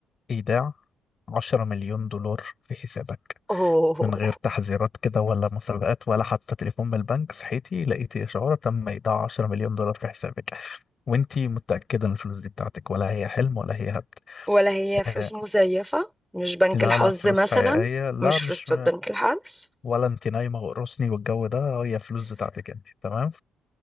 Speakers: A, on the left (about 45°); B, in the centre.
A: إيداع 10 مليون دولار في حسابك
B: أوه.
A: من غير تحذيرات كده ولا مسابقات ولا حتى تليفون من البنك صحيتي لقيتي إشعار تم إيداع 10 مليون دولار في حسابك وانتي متأكدة ان الفلوس دي بتاعتك ولا هي حلم ولا هي هبد
B: ولا هي فلوس
A: آه،
B: مزيفة مش بنك
A: لا
B: الحظ
A: لا فلوس
B: مثلا
A: حقيقية لا
B: مش
A: مش
B: فلوس بتاعت بنك الحظ
A: ولا انتي نايمة وقرصني والجو ده هي فلوس بتاعتك انتي تمام